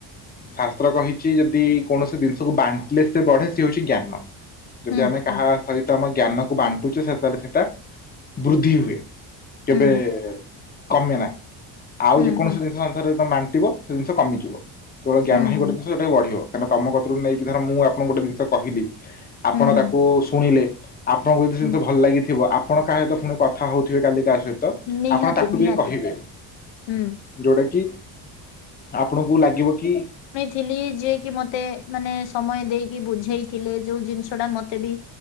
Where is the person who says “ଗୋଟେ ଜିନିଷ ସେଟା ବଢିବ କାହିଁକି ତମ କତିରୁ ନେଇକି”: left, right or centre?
Left